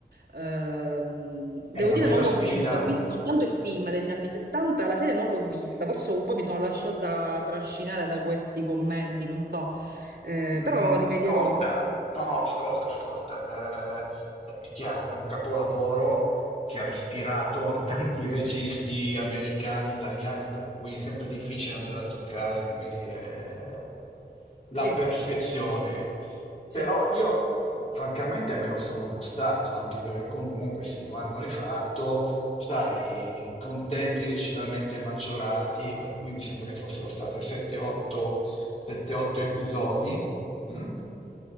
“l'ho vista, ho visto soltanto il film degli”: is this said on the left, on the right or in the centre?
Right